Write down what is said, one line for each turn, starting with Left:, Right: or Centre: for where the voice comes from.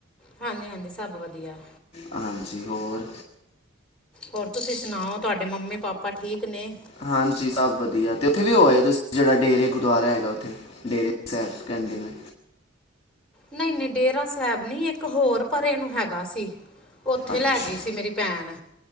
Centre: ਹਾਂਜੀ-ਹਾਂਜੀ, ਸਬ ਵਦੀਆ।
Left: ਹਾਂਜੀ, ਹੋਰ?
Centre: ਹੋਰ ਤੁਸੀਂ ਸੁਣਾਓ ਤੁਆਡੇ ਮੰਮੀ-ਪਾਪਾ ਠੀਕ ਨੇ?
Left: ਹਾਂਜੀ ਸਬ ਵਦੀਆ ਤੇ ਉੱਥੇ ਵੀ ਹੋ ਆਏ ਤੁਸੀਂ ਜੇੜਾ ਡੇਰੇ ਗੁਰਦੁਆਰਾ ਹੈਗਾ ਉੱਥੇ? ਡੇਰੇ ਸੈਬ ਕੈਂਦੇ ਨੇ।
Centre: ਨਈਂ-ਨਈਂ ਡੇਰਾ ਸੈਬ ਨਈਂ ਇੱਕ ਹੋਰ ਪਰੇ ਨੂੰ ਹੈਗਾ ਸੀ। ਓਥੇ
Left: ਅੱਛਾ
Centre: ਲੈ ਗਈ ਸੀ ਮੇਰੀ ਭੈਣ।